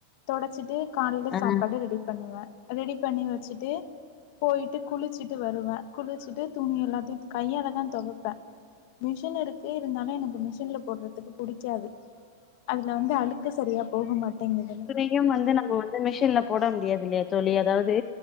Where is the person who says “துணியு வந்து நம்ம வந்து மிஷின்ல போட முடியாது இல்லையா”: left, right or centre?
Left